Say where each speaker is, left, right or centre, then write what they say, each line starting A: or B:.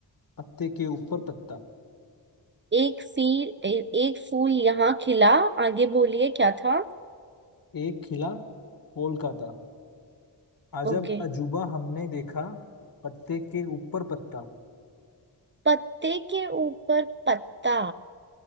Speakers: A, on the left; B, on the right.
A: पत्ते के ऊपर पत्ता
B: एक फील ए, एक फूल यहाँ खिला आगे बोलिए क्या था
A: एक खिला कोलकाता अजब
B: ओके
A: अजूबा हमने देखा पत्ते के ऊपर पत्ता
B: पत्ते के ऊपर पत्ता